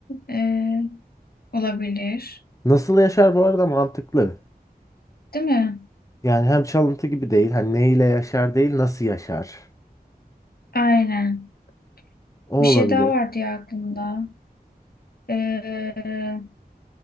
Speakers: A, on the left (about 65°); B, on the left (about 20°).
A: Ee, olabilir.
B: Nasıl yaşar bu arada mantıklı.
A: Değil mi?
B: Yani hem çalıntı gibi değil. Hani neyle yaşar değil, nasıl yaşar.
A: Aynen.
B: O
A: Bir şey
B: olabilir.
A: daha vardı ya aklımda. Ee,